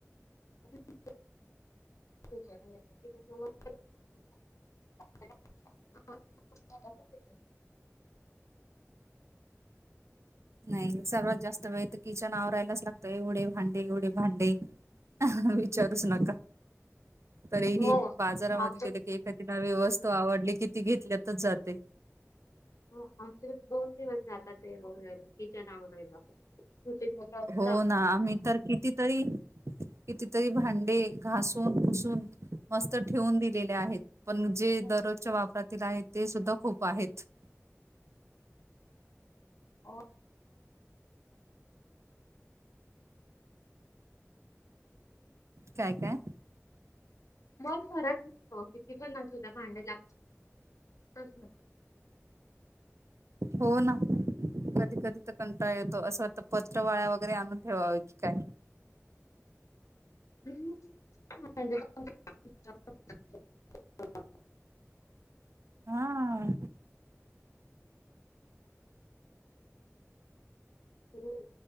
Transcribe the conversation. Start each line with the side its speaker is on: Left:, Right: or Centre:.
Left: <unintelligible> <inaudible>
Right: नाही सर्वात जास्त वेळ तर किचन आवरायलाच लागतोय एवढे भांडे एवढे भांडे विचारुच नका तरीही
Left: हो
Right: बाजारामध्ये
Left: आमच्या
Right: गेले की एखादी नवी वस्तू आवडली की ती घेतल्यातच जाते
Left: हो आमच्याकडे <unintelligible> <unintelligible> ते होऊन जाईल किचन आवरायला. छोटे मोठं असतात.
Right: हो ना आम्ही तर कितीतरी कितीतरी भांडे घासून पुसून मस्त ठेवून दिलेले आहेत पण जे
Left: हो,
Right: दररोजच्या वापरात तिला आहे ते सुद्धा खूप आहेत
Left: हो.
Right: काय काय??
Left: मन भरत नाही ओ किती पण असू दे भांड लागताच घरात
Right: हो ना कधी कधी तर कंटाळा येतो. असं वाटत पत्रावळ्या वगैरे आणून ठेवावं की काय,
Left: ह
Right: हा ह
Left: हो